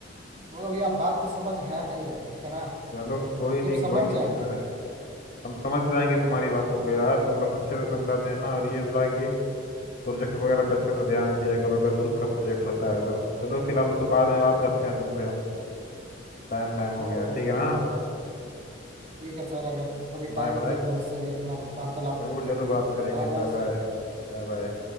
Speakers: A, on the right; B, on the left.
A: वो अभी आप बात को समझ है नहीं रहे हैं, ठीक है ना
B: चलो कोई
A: जब
B: नहीं
A: समझ
B: कोई नहीं
A: जाएंगे
B: यार हम समझ जाएंगे तुम्हारी बातों को यार तुम बस अच्छे से समझाते हैं ना और ये थोड़ा कि प्रोजेक्ट वगैरह पे अच्छे से ध्यान दिया करो अगर ग्रुप का प्रोजेक्ट होता है तो चलो फिलहाल तो बाद में बात
A: हम्म,
B: करते
A: हम्म,
B: हैं तुमसे हम टाइम वाइम हो
A: ओके
B: गया ठीक
A: सर
B: है ना
A: ओके ठीक है सर अगर कभी
B: Bye
A: टाइम
B: bye
A: मिले तो मुझसे भी अपना वार्तालाप
B: जरूर
A: कर लिया
B: जरूर
A: करिए
B: बात करेंगे
A: Bye bye
B: Bye bye
A: sir
B: Bye bye